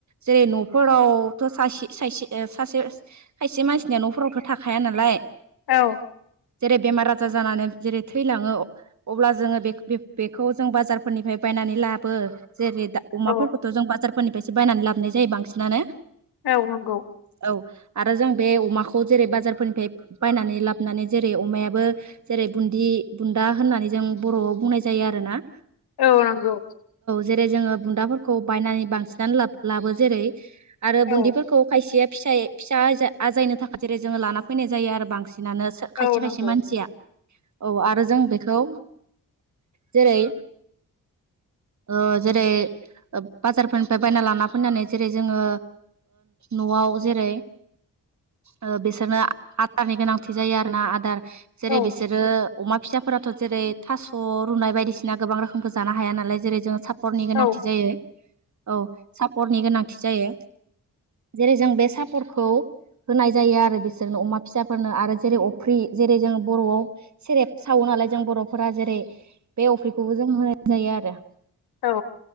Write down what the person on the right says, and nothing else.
जेरै न'फोराव नआवथ सासे सायसे ओ सासे खायसे मानसिनिया न'फोरावथ थाखाया नालाय
जेरै बेमार आजार जानानै जेरै थैलाङो अब्ला जोङो बे बेखौ जों बाजारफोरनिफ्राय बायनानै लाबो जेरै दा अमाफोरखौथ
जों बाजारफोरनिफायसो बायनानै लाबोनाय जायो बांसिनानो।
औ आरो जों बे अमाखौ जेरै बाजारफोरनिफ्राय बायनानै लाबोनानै जेरै अमायाबो जेरै बुन्दि बुन्दा होननानै जों बरआव बुंनाय जायो आरो ना।
जेरै जोङो बुन्दाफोरखौ बायनानै बांसिनानो लाब लाबो जेरै आरो बुन्दिफोरखौ
खायसे फिसाय फिसा आजायनो थाखाय जेरै जोङो लाना फैनाय जायो आरो बांसिन। बांसिनानो बिदिनो खायसे
खायसे
मानसिया औ आरो जों बेखौ खौ जेरै ओ जेरै ओ बाजारफोरनिफाय बायना लाना फैनानै जेरै जोङो नआव जेरै
ओ बिसोरनो आदारनि गोनांथि जायो आरोना आदार जेरै
बिसोरो अमा फिसाफोराथ जेरै थास रुनाय बायदिसिना गोबां रोखोमखौ जानो हाया नालाय जेरै जोङो साफ सापरनि गोनांथि
जायो औ सापरनि गोनांथि जायो। जेरै जों बे सापरखौ होनाय जायो आरो बिसोरनो अमा फिसाफोरनो आरो जेरै अफ्रि जेरै जोंङो बरआव सेरेब सावो। नालाय जों बरफोरा जेरै बे अफ्रिखौबो जों होनाय जायो आरो।